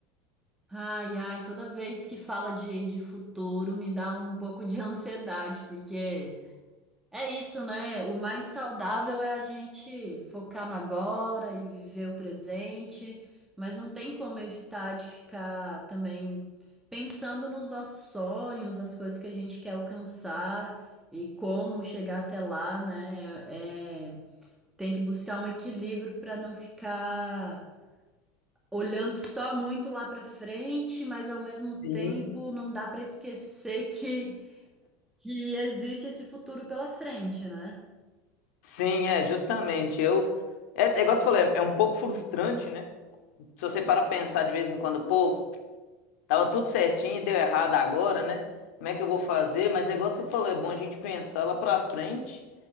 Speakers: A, in the centre; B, on the left.
A: Ai, ai, toda vez que fala de, de futuro me dá um pouco de ansiedade, porque É isso, né? O mais saudável é a gente focar no agora e viver o presente, mas não tem como evitar de ficar também pensando nos nossos sonhos, as coisas que a gente quer alcançar e como chegar até lá, né? É, é, tem que buscar um equilíbrio para não ficar olhando só muito lá para frente, mas ao mesmo
B: <laughs> Sim.
A: tempo não dá para esquecer que, que existe esse futuro pela frente, né?
B: Sim, é, justamente. Eu. É, é igual você falou, é, é um pouco frustrante, né? Se você para pensar de vez em quando, pô, tava tudo certinho e deu errado agora, né? Como é que eu vou fazer? Mas é igual você falou, é bom a gente pensar lá pra frente.